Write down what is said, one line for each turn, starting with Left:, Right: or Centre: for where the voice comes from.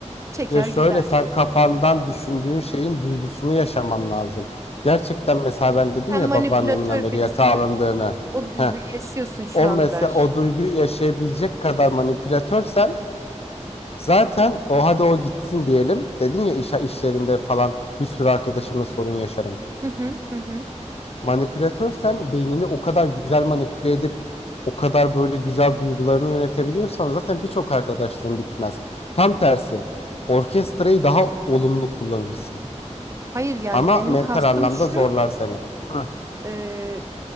Right: Çeker
Left: Ya şöyle
Right: gider.
Left: sen kafandan düşündüğün şeyin duygusunu yaşaman lazım. Gerçekten mesela ben dedim
Right: Sen
Left: ya
Right: manipülatör
Left: babaannemin ameliyata
Right: birisin,
Left: alındığını.
Right: o duyguyu
Left: Heh.
Right: yaşıyorsun şu
Left: o
Right: an
Left: mesela
Right: der.
Left: o duyguyu yaşayabilecek kadar manipülatörsen zaten o hadi o gitsin diyelim. Dedin ya iş, işlerinde falan bir sürü arkadaşımla sorun yaşarım.
Right: Hı hı hı hı.
Left: Manipülatörsen beynini o kadar güzel manipüle edip o kadar böyle güzel duygularını yönetebiliyorsan zaten birçok arkadaşlığın bitmez. Tam tersi orkestrayı daha olumlu kullanırsın.
Right: Hayır yani
Left: Ama
Right: benim
Left: mental
Right: kastım
Left: anlamda
Right: şu,
Left: zorlar seni. Hı.
Right: e,